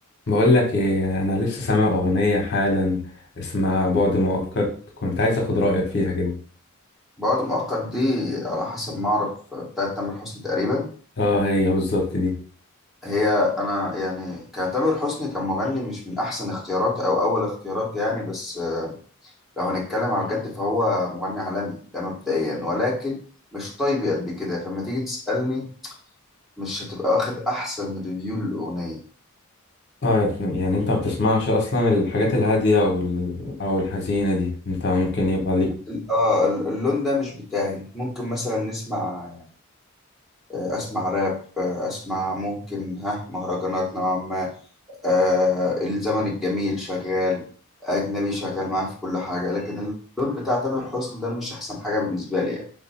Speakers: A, on the left (about 50°); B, in the centre.
A: بقول لك ايه انا لسه سامع اغنيه حالا اسمها بعد مؤقت كنت عايز اخد رايك فيها كده
B: بعد مؤقت دي على حسب ما أعرف بتاعت تامر حسني تقريبا
A: اه هي بالظبط دي
B: هي أنا يعني كتامر حسني كمغني مش من أحسن اختياراتي أو أول اختياراتي يعني بس لو هنتكلم على الجد فهو مغني عالمي ده مبدئيا ولكن مش طيب قد كده فلما تيجي تسألني مش هتبقى واخد أحسن ريفيو للأغنية
A: اه يا ابني، يعني انت ما بتسمعش اصلا الحاجات الهاديه او ال... او الحزينه دي انت ممكن يبقى ليك
B: ال- اه ال- اللون ده مش بتاعي ممكن مثلا نسمع آه، اسمع راب آه، اسمع ممكن ها مهرجانات نوعا ما آه الزمن الجميل شغال أجنبي شغال معاك في كل حاجة لكن اللون بتاع تامر حسني ده مش أحسن حاجة بالنسبة لي يعني